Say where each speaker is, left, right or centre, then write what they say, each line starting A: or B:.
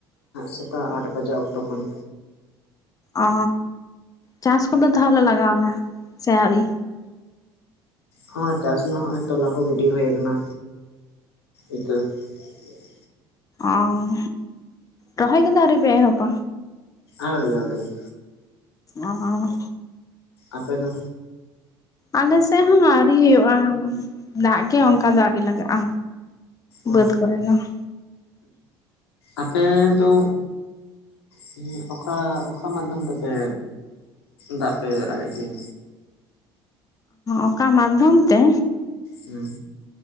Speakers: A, on the left (about 85°); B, on the left (about 25°).
A: ᱥᱮᱛᱟᱜ ᱟᱴ ᱵᱟᱡᱟᱜ ᱚᱠᱛᱚ ᱠᱷᱚᱱ᱾
B: ᱚ ᱪᱟᱥ ᱠᱚᱫᱚ ᱛᱟᱦᱚᱞᱮ ᱞᱟᱜᱟᱣᱱᱟ ᱥᱮ ᱟᱹᱣᱨᱤ?
A: ᱦᱚᱸ ᱪᱟᱥ ᱢᱟ ᱦᱚᱸᱜᱼᱚᱭ ᱛᱚᱞᱟᱠᱚ ᱜᱤᱰᱤ ᱦᱩᱭ ᱟᱠᱟᱱᱟ ᱤᱛᱟᱹ <unintelligible> ᱜᱮᱭᱟ ᱾
B: ᱚᱸ, ᱨᱚᱦᱚᱭ ᱠᱮᱫᱚ ᱟᱹᱣᱨᱤ ᱯᱮ ᱮᱦᱚᱵᱟ?
A: ᱟᱹᱣᱨᱤ ᱟᱹᱣᱨᱤ ᱾
B: ᱚ ᱦᱚᱻ
A: ᱟᱯᱮ ᱫᱚ?
B: ᱟᱞᱮ ᱥᱮᱫ ᱦᱚᱸ ᱟᱹᱣᱨᱤ ᱦᱩᱭᱩᱜᱼᱟ ᱾ ᱫᱟᱜ ᱜᱮ ᱚᱱᱠᱟ ᱫᱚ ᱟᱹᱣᱨᱤ ᱞᱟᱜᱟᱜᱼᱟ
A: ᱚ
B: ᱵᱟᱹᱫᱽ ᱠᱚᱨᱮ ᱫᱚ ᱾
A: ᱟᱯᱮ ᱫᱚ ᱦᱮᱸ ᱚᱠᱟ ᱚᱠᱟ ᱢᱟᱫᱽᱫᱷᱚᱢ ᱛᱮᱯᱮ ᱫᱟᱜ ᱯᱮ ᱟᱨᱮᱡ ᱜᱮᱭᱟ?
B: ᱚᱠᱟ ᱢᱟᱫᱽᱫᱷᱚᱢ ᱛᱮ?
A: ᱦᱩᱸ,